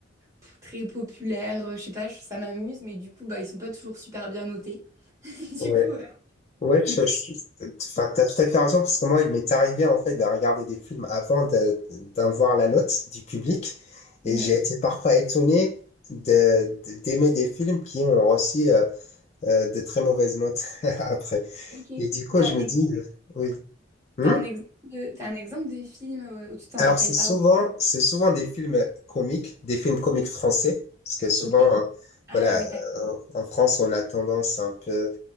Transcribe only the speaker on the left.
ouais.
Ouais, je,
je, enfin, t'as tout à fait raison, parce que moi, il m'est arrivé, en fait, de regarder des films avant de, d'en voir la note du public.
Et j'ai été parfois étonné de, de- d'aimer des films qui ont reçu euh, euh, de très mauvaises notes <laughs> après.
Et du coup,
je
me
dis, euh, oui. Hmm
Alors,
c'est
souvent,
c'est souvent des films comiques, des films comiques français, parce que souvent,
euh,
voilà,
euh,
en France, on a tendance un peu,